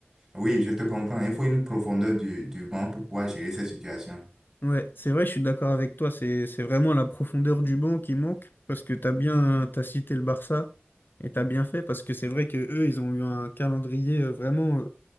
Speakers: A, on the right; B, on the left.
A: oui, je te comprends. Il faut une profondeur du, du banc pour pouvoir gérer ces situations.
B: Ouais, c'est vrai, je suis d'accord avec toi, c'est, c'est vraiment la profondeur du banc qui manque, parce que tu as bien, t'as cité le Barça, et tu as bien fait, parce que c'est vrai que eux, ils ont eu un calendrier euh, vraiment, euh,